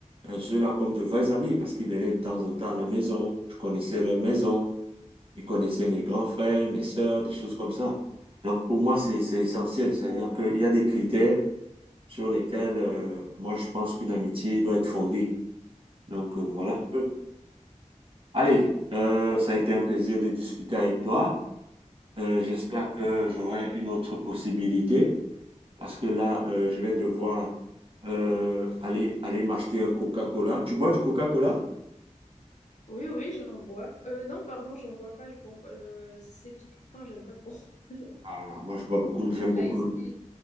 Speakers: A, on the right; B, on the left.
A: euh, ceux-là comme de vrais amis parce qu'ils venaient de temps en temps à la maison. Je connaissais leur maison. Il connaissait mes grands frères, mes sœurs, des choses comme ça. Donc, pour moi, c'est, c'est essentiel. C'est-à-dire qu'il y a des critères sur lesquels, euh, moi, je pense qu'une amitié doit être fondée. Donc, euh, voilà
B: Oui.
A: un peu. Allez, euh, ça a été un plaisir de discuter avec toi. Euh, j'espère
B: Mmh.
A: que j'aurai une autre possibilité parce que là, euh, je vais devoir euh, aller, aller m'acheter un Coca-Cola. Tu bois du Coca-Cola?
B: Oui, oui, j'en bois. Euh, non, pardon, j'en bois pas. Je bois, euh, c'est piquant, j'aime pas trop. <laughs>
A: Ah, moi, je bois beaucoup, j'aime
B: L'ice
A: beaucoup,
B: tea.